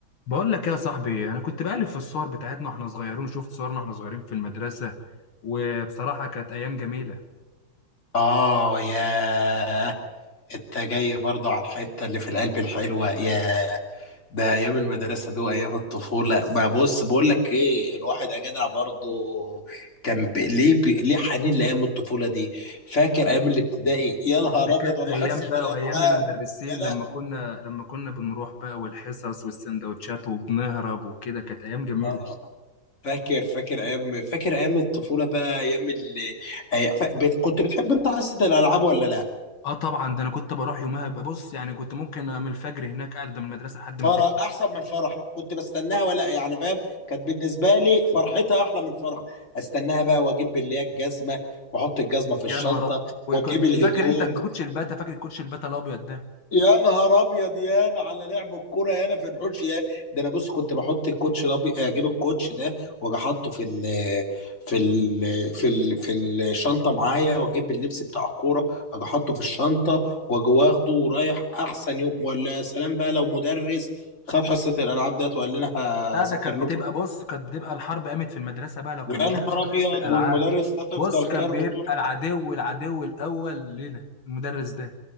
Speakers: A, on the left; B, on the left.
A: بقول لك يا صاحبي انا كنت بقلب في الصور بتاعتنا واحنا صغيرين شفت صورنا واحنا صغيرين في المدرسه وبصراحه كانت ايام جميله
B: آه ياه أنت جاي برضه على الحتة اللي في القلب الحلوة ياه ده أيام المدرسة دي وأيام الطفولة ما بص بقول لك إيه الواحد يا جدع برضه كان ب... ليه ب... ليه حنين لأيام الطفولة دي فاكر أيام الابتدائي يا نهار
A: ده كانت
B: أبيض ولا
A: ايام
B: حصة
A: بقى
B: الألعاب
A: وايام المدرسين
B: يا
A: لما
B: لهوي
A: كنا لما كنا بنروح بقى والحصص والسندوتشات وبنهرب وكده كانت ايام جميله
B: آه فاكر فاكر أيام فاكر أيام الطفولة بقى أيام اللي أي... ف... بت... كنت بتحب أنت حصة الألعاب ولا لأ؟
A: اه طبعا ده انا كنت بروح يومها ببص يعني كنت ممكن من الفجر هناك قاعد قدام المدرسه لحد ما
B: فرح
A: تفتح
B: احسن من فرح كنت بستناها ولا يعني فاهم كانت بالنسبه لي فرحتها احلى من فرح استناها بقى واجيب اللي هي الجزمه واحط الجزمه في الشنطه
A: يا نهار أ- وكنت
B: واجيب الهدوم
A: فاكر انت الكوتش الباتا فاكر الكوتش الباتا الابيض ده
B: يا نهار ابيض يا أنا على لعب الكوره يا انا في الحوش يا ده انا بص كنت بحط الكوتش ده بي- اجيب الكوتش ده واجي احطه في ال في ال في ال في الشنطه معايا واجيب اللبس بتاع الكوره اجي احطه في الشنطه واجي واخده ورايح احسن يوم ولا يا سلام بقى لو مدرس خد حصه الالعاب ديت وقال لنا هذاكر
A: لا ده كانت
B: لكم
A: بتبقى بص كانت بتبقى الحرب قامت في المدرسة بقى لو كان
B: يا
A: مدرس
B: نهار ابيض
A: خد حصة الألعاب
B: والمدرس ده تفضل
A: بص كان
B: كارهه
A: بيبقى
B: طول
A: العدو العدو الأول لنا المدرس ده